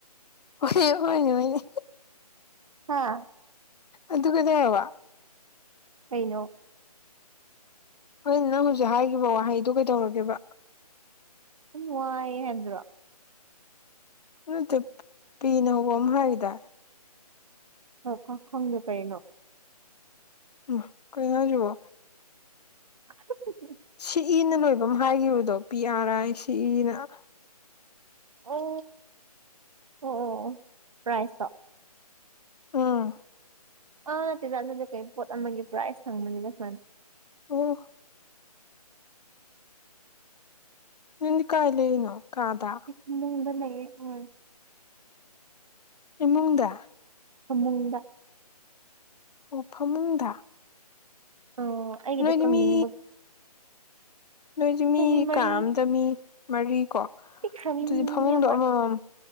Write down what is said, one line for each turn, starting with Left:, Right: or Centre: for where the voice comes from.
Left: ꯍ‌ꯣꯏ ꯍꯣꯏꯅꯦ ꯍꯣꯏꯅꯦ
Right: ꯍꯥꯥ
Left: ꯑꯗꯨ ꯀꯩꯗꯧꯔꯕ
Right: ꯀꯩꯅꯣ
Left: ꯍꯣꯏ ꯅꯪ ꯍꯧꯖꯤꯛ ꯍꯥꯏꯈꯤꯕ ꯋꯥꯍꯩꯗ‌ꯣ ꯀꯩꯗꯧꯔꯒꯦꯕ
Right: ꯑꯗꯨꯨꯝ ꯋꯥꯏꯌꯦ ꯍꯥꯏꯕꯗꯨꯔꯣ
Left: ꯅꯠꯇꯦ ꯄꯤꯅ ꯍꯧꯕ ꯑꯃ ꯍꯥꯏꯈꯤꯗꯥꯏ
Right: <unintelligible> ꯈꯪꯗ‌ꯦ ꯀꯩꯅ‌ꯣ
Left: ꯎ ꯀꯩꯅ‌ꯣ ꯍꯥꯏꯁꯤꯕꯨ
Right: <unintelligible>
Left: ꯁꯤ ꯏꯅ ꯂꯣꯏꯕ ꯑꯃ ꯍꯥꯏꯈꯤꯕꯗꯣ ꯄꯤ ꯑꯔꯥꯏ ꯑꯥꯏ ꯁꯤ ꯏꯅ ꯍꯥꯏꯅ
Right: ꯑꯣ ꯑꯣ ꯑꯣ ꯄꯔꯥꯏꯁ ꯇ‌ꯣ
Left: ꯑꯥ
Right: ꯑꯥ ꯅꯠꯇ‌ꯦꯗ ꯑꯗꯨꯗꯤ ꯀꯩ ꯄꯣꯠ ꯑꯃꯒꯤ ꯄ꯭ꯔꯥꯁ ꯍꯪꯕꯅꯤꯗ ꯁꯨꯃꯥꯏꯅ
Left: ꯑꯣ ꯅꯪꯗꯤ ꯀꯥꯏ ꯂꯩꯩꯔꯤꯅꯣ ꯀꯥꯗꯥ
Right: ꯏꯃꯨꯡꯗ ꯂꯩꯌ‌ꯦ ꯍ‌ꯣꯏ
Left: ꯏꯃꯨꯡꯗ
Right: ꯐꯃꯨꯡꯗ
Left: ꯑꯣ ꯐꯃꯨꯡꯗ
Right: ꯑꯣ ꯑꯩꯒꯤꯗ‌ꯣ
Left: ꯅꯣꯏꯗꯤ
Right: ꯀꯪꯅꯤꯡꯕ
Left: ꯃꯤ ꯅꯣꯏꯗꯤ
Right: ꯑꯩꯈꯣꯏ
Left: ꯃꯤ
Right: ꯃꯔꯤ
Left: ꯀꯥ ꯑꯃꯗ ꯃꯤ ꯃꯔꯤꯀꯣ
Right: ꯄꯤꯛꯈ꯭ꯔꯕꯤ
Left: ꯑꯗꯨꯗꯤ
Right: ꯃꯤ
Left: ꯐꯃꯨꯡꯗꯣ
Right: ꯑꯃ
Left: ꯑꯃꯃꯝ